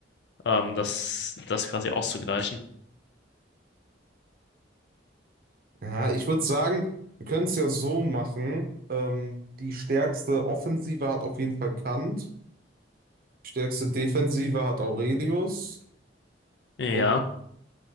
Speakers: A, on the left; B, on the right.
A: ähm, das, das quasi auszugleichen.
B: Ja, ich würde sagen, wir können es ja so machen. Ähm, die stärkste Offensive hat auf jeden Fall Kant, die stärkste Defensive hat Aurelius
A: Ja,
B: und